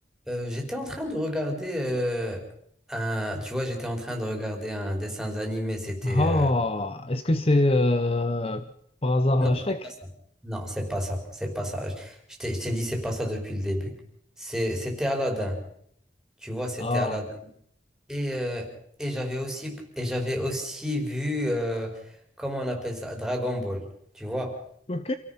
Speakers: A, in the centre; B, on the left.
A: Euh, j'étais en train de regarder euh, un, tu vois, j'étais en train de regarder un dessin animé. C'était
B: Ah,
A: euh,
B: est-ce que c'est euh, par hasard
A: non,
B: euh, Shrek?
A: c'est pas ça. Non, c'est pas ça. C'est pas ça. Je je t'ai je t'ai dit c'est pas ça depuis le début. C'est, c'était Aladdin. Tu vois, c'était
B: Ah,
A: Aladdin. Et euh, et j'avais aussi et j'avais aussi vu euh, comment on appelle ça, Dragon Ball. Tu vois.
B: Ok.